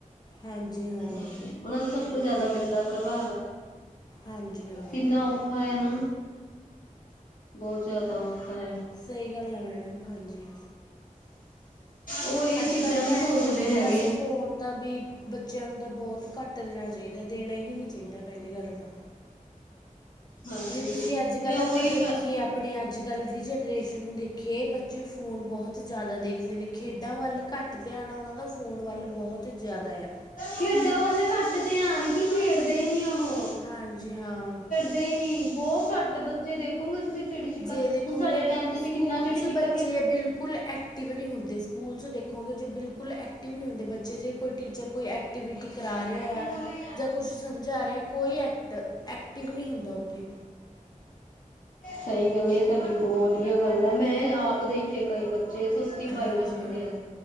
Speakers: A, on the left; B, on the left.
A: ਹਾਂਜੀ ਹਾਂ
B: ਹੂੰ। ਉਹਨਾ ਦਾ ਸਭ ਤੋਂ ਜਿਆਦਾ ਗੰਦਾ ਪ੍ਰਭਾਵ ਆ।
A: ਹਾਂਜੀ ਹਾਂ
B: ਕਿੰਨਾ ਔਖਾ ਹੈ ਨਾ ਬਹੁਤ ਜ਼ਿਆਦਾ ਔਖਾ ਹੈ।
A: ਸਹੀ ਗੱਲ ਹੈ ਮੈਡਮ ਹਾਂਜੀ।
B: ਉਹ ਏ
A: ਅੱਜ
B: ਚੀਜ਼ਾਂ
A: ਕੱਲ੍ਹ
B: ਨਹੀਂ
A: ਤਾਂ
B: ਸੋਚਦੇ
A: ਐਵੇਂ ਹੋ ਗਿਆ ਵੀ
B: ਹੈਗੇ।
A: ਬਸ ਫੋਨ ਤਾਂ ਵੀ ਬੱਚਿਆਂ ਨੂੰ ਤਾਂ ਬਹੁਤ ਘੱਟ ਦੇਣਾ ਚਾਹੀਦਾ ਦੇਣਾ ਹੀ ਨਹੀਂ ਚਾਹੀਦਾ ਪਹਿਲੀ ਗੱਲ ਤਾਂ।
B: ਹਾਂਜੀ
A: ਜੇ ਤੁਸੀਂ ਅੱਜ ਕੱਲ੍ਹ
B: ਤੇ ਉਹੀ
A: ਆਪਾਂ ਦੇਖੀਏ ਆਪਣੇ ਅੱਜ ਕੱਲ੍ਹ ਦੀ ਜਨਰੇਸ਼ਨ ਨੂੰ ਦੇਖੀਏ ਬੱਚੇ ਫੋਨ ਬਹੁਤ ਬਹੁਤ ਜ਼ਿਆਦਾ ਦੇਖਦੇ ਨੇ ਖੇਡਾਂ ਵੱਲ ਘੱਟ ਧਿਆਨ ਆ ਉਹਨਾਂ ਦਾ ਫੋਨ ਵੱਲ ਬਹੁਤ ਜ਼ਿਆਦਾ ਆ।
B: ਖੇਡਾਂ ਵੱਲ ਘੱਟ ਧਿਆਨ ਕੀ ਖੇਡਦੇ ਹੀ ਨੀ ਉਹ।
A: ਹਾਂਜੀ ਹਾਂ।
B: <unintelligible> ਨੀ ਬਹੁਤ ਘੱਟ ਬੱਚੇ ਦੇਖੋਗੇ ਤੁਸੀਂ ਚਿੜੀ ਛਿੱਕਾ
A: ਜੇ
B: ਹੁਣ
A: ਦੇਖੋਗੇ
B: ਸਾਡੇ ਟਾਈਮ ਤੇ
A: ਸਕੂਲ
B: ਅਸੀਂ ਕਿੰਨਾ ਚਿੜੀ
A: ਚ
B: ਛਿੱਕਾ
A: ਬੱਚੇ ਬਿਲਕੁਲ ਐਕਟਿਵ ਨਹੀਂ ਹੁੰਦੇ ਸਕੂਲ ਚ ਦੇਖੋਗੇ ਜੇ ਬਿਲਕੁਲ ਐਕਟਿਵ ਨਹੀਂ ਹੁੰਦੇ ਬੱਚੇ ਜੇ ਕੋਈ ਟੀਚਰ ਕੋਈ ਐਕਟੀਵਿਟੀ ਕਰਾ ਰਿਹਾ
B: ਖੇਲਿਆ
A: ਆ ਜਾਂ ਕੁਛ ਸਮਝਾ ਰਿਹਾ ਕੋਈ ਐਕਟ ਐਕਟਿਵ ਨਹੀਂ ਹੁੰਦਾ ਉੱਥੇ।
B: ਸਹੀ ਗੱਲ ਹੈ <unintelligible> ਬਹੁਤ ਵਧੀਆ ਗੱਲ ਏ ਮੈਂ ਆਪ ਦੇਖਿਆ ਕਈ ਬੱਚੇ ਚੇ ਸੁਸਤੀ ਪਾਈ
A: ਹਾਂਜੀ
B: ਰੱਖਦੇ
A: ਹਾਂ
B: ਆ